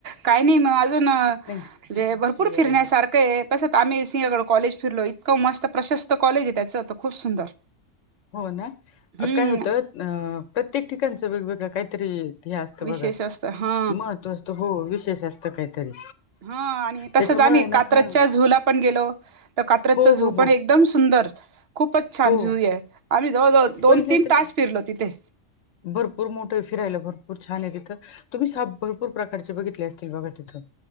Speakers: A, on the right; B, on the left.
A: काही नाही म अजून
B: थँक्यू
A: म्हणे भरपूर फिरण्यासारखं आहे तसंच आम्ही सिंहगड कॉलेज फिरलो इतकं मस्त प्रशस्त कॉलेज आहे त्याच. खूप सुंदर.
B: हो ना
A: हम्म
B: काय होतं अ प्रत्येक ठिकाणचं वेगवेगळं काहीतरी. हे असत बघा
A: विशेष असतं हा
B: महत्व असतं हो विशेष असत काहीतरी
A: हा आणि तसच
B: त्याच्यामुळे
A: आ्ही
B: आहे ना
A: कात्रच्या
B: हा
A: झूला पण गेलो तर कात्रचा
B: हो
A: झू
B: हो हो
A: पण एकदम सुंदर खूपच छान
B: हो
A: जु आहे आम्ही जवळजवळ
B: पहिले
A: दोन तीन
B: तर
A: तास फिरलो तिथे.
B: भरपूर मोठं फिरायला भरपूर छान आहे तिथं तुम्ही सा भरपूर प्रकारचे बघितले असतील बघा तिथ.